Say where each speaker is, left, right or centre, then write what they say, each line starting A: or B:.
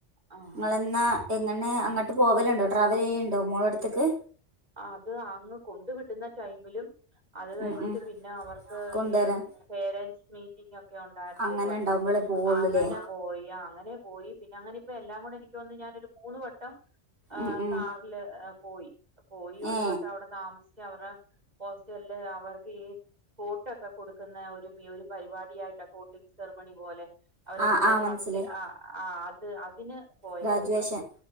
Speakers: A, on the right; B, on the right.
A: ആ
B: നിങ്ങളെന്നാ എങ്ങനെ അങ്ങട്ട് പോവലുണ്ടോ ട്രാവൽ ചെയ്യലുണ്ടോ മോളടുത്തേക്ക്
A: അത് അന്ന് കൊണ്ടു വിടുന്ന ടൈമിലും അത് കഴിഞ്ഞിട്ട്
B: ഉം ഉം
A: പിന്നെ അവർക്ക്
B: കൊണ്ടുവരാൻ
A: ഈ പേരൻറ്സ് മീറ്റിംഗ് ഒക്കെ ഒണ്ടായിരുന്നു
B: അങ്ങനെ
A: ഒരു വട്ടം
B: ഉണ്ടാവുമ്പോളേ പോവുള്ളൂല്ലേ
A: അങ്ങനെ പോയി അങ്ങനെ പോയി പിന്നെ അങ്ങനെ ഇപ്പോ എല്ലാംകൂടെ എനിക്ക് തോന്ന്ന്ന് ഞാനൊരു മൂന്ന് വട്ടം ആഹ്
B: ഉം ഉം
A: കാറില് പോയി പോയി ഒരു
B: ഏ
A: വട്ടം അവിടെ താമസിച്ച് അവരടെ ഹോസ്റ്റലില് അവർക്ക് ഈ കോട്ടൊക്കെ കൊടുക്കുന്ന ഒരു ഈ ഒരു പരിപാടി ഫ്രീയായിട്ടാ കോട്ടിംഗ് സെർമണി പോലെ അവരെല്ല
B: ആ ആ മനസ്സിലായി
A: ഫസ്റ്റ് ആഹ് ആഹ് അത് അതിന് പോയായിരുന്നു
B: ഗ്രാജുവേഷൻ